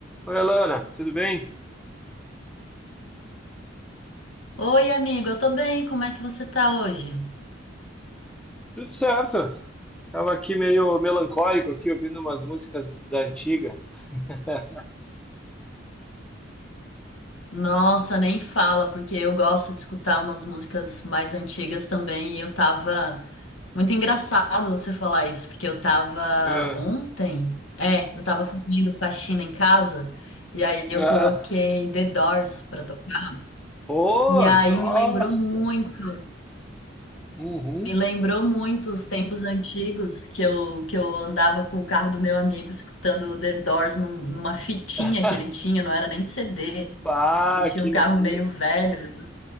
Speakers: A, in the centre; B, on the left.
A: Oi, Alana, tudo bem?
B: Oi, amigo, eu tô bem, como é que você tá hoje?
A: Tudo certo. Tava aqui meio melancólico aqui, ouvindo umas músicas da antiga. <laughs>
B: Nossa, nem fala, porque eu gosto de escutar umas músicas mais antigas também, e eu tava. Muito engraçado você falar isso, porque eu tava
A: Ah,
B: ontem. É, eu tava fazendo faxina em casa, e aí eu
A: ah.
B: coloquei The Doors pra tocar.
A: Pô,
B: E aí
A: nossa!
B: me lembrou muito.
A: Uhum.
B: Me lembrou muito os tempos antigos que eu, que eu andava com o carro do meu amigo escutando The Doors num- numa fitinha
A: <laughs>
B: que ele tinha, não era nem CD.
A: Bah,
B: Ele tinha
A: que
B: um
A: loucura!
B: carro meio velho.